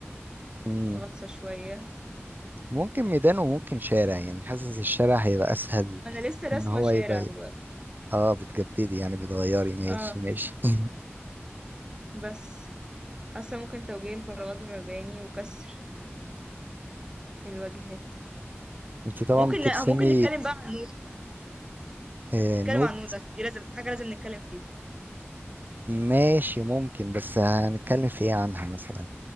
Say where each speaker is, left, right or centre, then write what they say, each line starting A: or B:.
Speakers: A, on the right; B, on the right.
A: مم.
B: غطسة شوية
A: ممكن ميدان وممكن شارع يعني حاسس الشارع هيبقى اسهل
B: ما انا لسه راسمة
A: ان هو
B: شارع
A: يبقى
B: دلوقتي
A: اه بتجددي يعني بتغيري ماشي
B: اه
A: ماشي <laughs>
B: بس حاسة ممكن توجيه الفراغات بالمباني وكسر الواجهات
A: انت طبعا
B: ممكن
A: بترسمي
B: ممكن نتكلم بقى عن النودز بقى
A: آه،
B: نتكلم
A: نود
B: عن النودز عشان دي لازم حاجة لازم نتكلم فيها
A: ماشي ممكن بس هنتكلم في ايه عنها مثلا